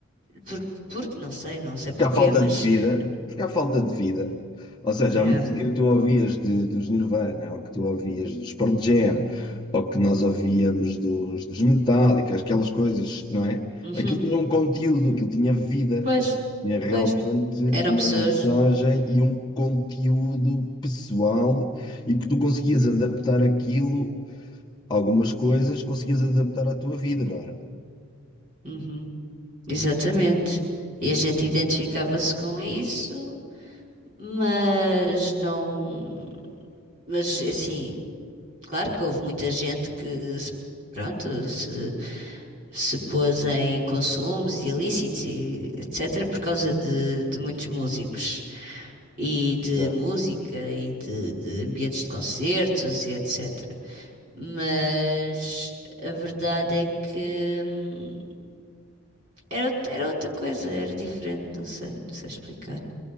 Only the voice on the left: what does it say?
Porque há falta
de vida,
porque há falta de vida. Ou seja,
a música que tu ouvias de- dos Nirvana, ou que tu ouvias dos Pearl Jam, ou que nós ouvíamos dos, dos Metallica, aquelas coisas, não é?
Aquilo tinha um conteúdo, aquilo tinha vida,
aquilo tinha realmente
uma
mensagem e um conteúdo pessoal e que tu conseguias adaptar aquilo, algumas coisas conseguias adaptar à tua vida, não era?
Exato.